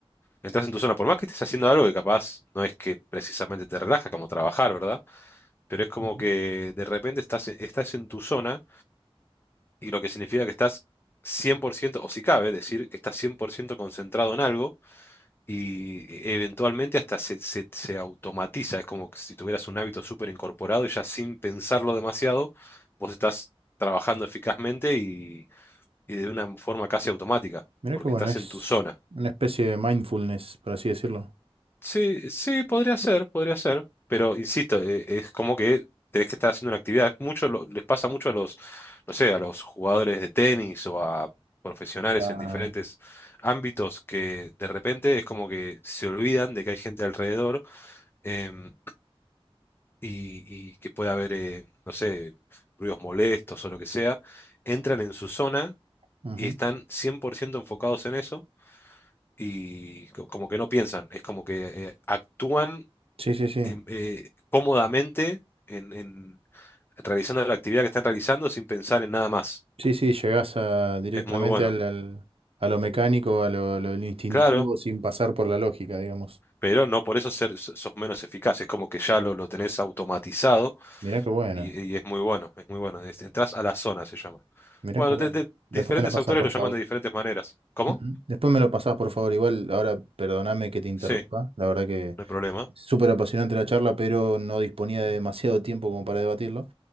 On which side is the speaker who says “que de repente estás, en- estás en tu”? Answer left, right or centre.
Left